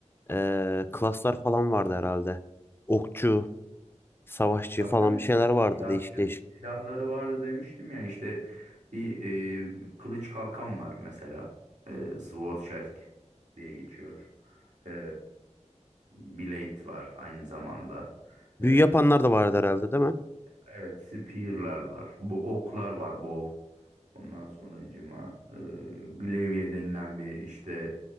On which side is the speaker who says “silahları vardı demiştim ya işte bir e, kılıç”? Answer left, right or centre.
Right